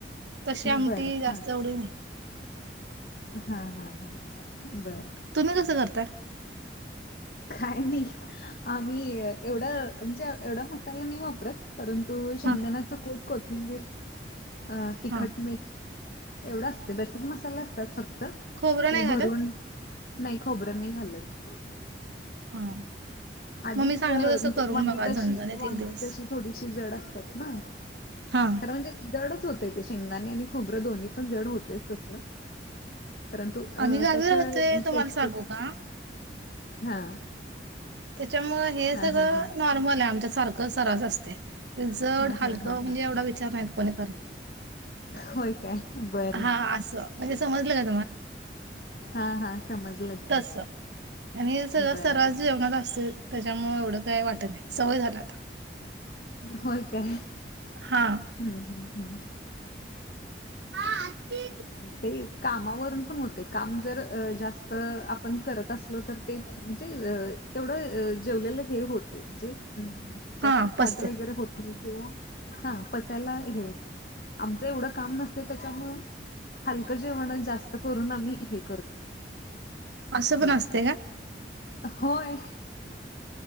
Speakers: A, on the right; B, on the left.
A: तशी आमटी
B: बर
A: जास्त
B: हा
A: ये वडी नाही.
B: हा.. हा.. हा.. बर.
A: तुम्ही कस करताय?
B: काय नयी? आम्ही एवढ म्हणजे एवढा मसाला नाही वापरत. परंतु शेंगदाण्याच
A: हा.
B: कुट कोथिंबीर अ.. तिखट
A: हा
B: मीठ एवढं असतय बस.. अन मसाला असतात फ
A: खोबरं
B: ती
A: नाही घालत
B: भरून नाही खोबरं नाही घालत?
A: हा..
B: आधीच
A: मग मी सांगल
B: म्हणजे..
A: तसं करून
B: वांगी
A: बघा
B: कशी
A: झणझणीत
B: वांगी
A: एक दिवस.
B: कशी थोडीशी जड असतात ना?
A: हा.
B: खर म्हणजे जडच होत. शेंगदाणे आणि खोबरं दोन्ही पण जड होतयच त परंतु
A: आम्ही गावी
B: त्या शिवाय
A: राहतोय तुम्हाला
B: टेस्टच
A: सांगू का
B: हा..
A: त्याच्या मूळ हे
B: हा
A: सगळं
B: हा हा
A: नॉर्मलये. आमच्या सारखं सरास असतय. ते जड
B: हा
A: हलकं
B: हा हा
A: म्हणजे
B: हा
A: एवढा विचार नाही कोणी करत?
B: होय.. काय? बरं
A: हा असं म्हणजे समजलं का
B: हा.. हा.. समजलं की
A: तस.. आणि सगळं
B: बरं
A: सरास जेवणार असतय. त्याच्यामुळे एवढं काय वाट नाय. सवय झाल आता.
B: होय.. काय?
A: हा
B: ह्म्म.. ह
A: <unintelligible>
B: ते कामावरून पण होते. काम जर जास्त आपण करत असलो तर ते म्हणजे अ.. तेवढ जेवलेल हे होते. म्हणजे ह्म्म.. जास्त
A: हा पचतंय
B: फॅट वैगेरे होती. किंवा.. हा पचायला हे होतय. आमच एवढ काम नसतय त्याच्यामुळ हलक जेवणच जास्त करून. आम्ही हे करते.
A: अस..
B: थोडस
A: पण असतय का?
B: होय..